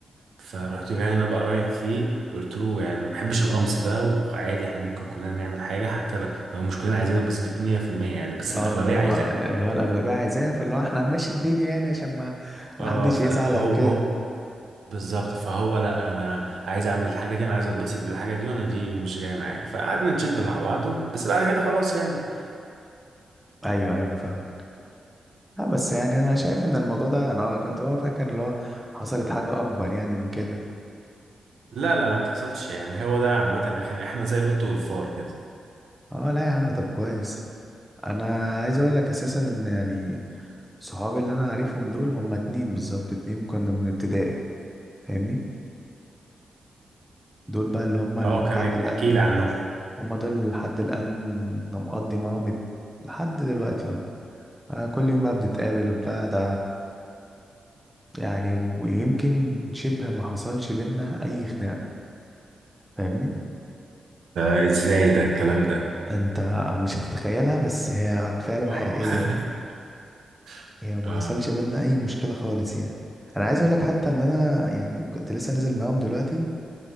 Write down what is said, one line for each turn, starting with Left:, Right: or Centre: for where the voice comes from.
Right: فرحت جاي انا بقى رايح فيه قلت له يعني ما بحبش القمص ده وعادي احنا ممكن كلنا نعمل حاجه حتى لو لو مش كلنا عايزينها بنسبه 100% يعني بس
Centre: اه
Right: الاغلبيه
Centre: اللي هو
Right: عايزاه
Centre: اللي هو الاغلبيه عايزاها فاللي هو احنا هنمشي الدنيا يعني عشان ما
Right: اه
Centre: ما حدش
Right: فهو
Centre: يزعل او كده
Right: هو بالظبط فهو لا انا عايز اعمل الحاجه دي انا عايز اتبسط بالحاجه دي وانا دي مش جايه معايا فقعدنا نشد مع بعضه بس بعد كده خلاص يعني
Centre: ايوه ايوه انا فاهم اه بس يعني انا شايف ان الموضوع ده انا كنت بقى فاكر اللي هو حصلت حاجه اكبر يعني من كده
Right: لا لا ما بتحصلش يعني هو ده عامه يا اخي احنا زي القط والفار كده
Centre: اه لا يا عم طب كويس انا عايز اقول لك اساسا ان يعني صحابي اللي انا عارفهم دول هما اتنين بالظبط اتنين كنا من ابتدائي فاهمني دول بقى اللي هما
Right: اه
Centre: لحد
Right: كان
Centre: الان
Right: احكي لي عنه
Centre: هما دول اللي لحد الان انا مقضي معاهم الد- لحد دلوقتي اهو آه، كل يوم بقى بنتقابل وبتاع ده يعني ويمكن شبه ما حصلش بينا اي خناقة فاهمني
Right: ده ازاي ده الكلام ده
Centre: انت مش هتتخيلها بس هي فعلا
Right: اه
Centre: حقيقية يعني
Right: <laughs>
Centre: هي ما
Right: اه
Centre: حصلش بينا اي مشكلة خالص يعني انا عايز اقول لك حتى ان انا يعني كنت لسه نازل معاهم دلوقتي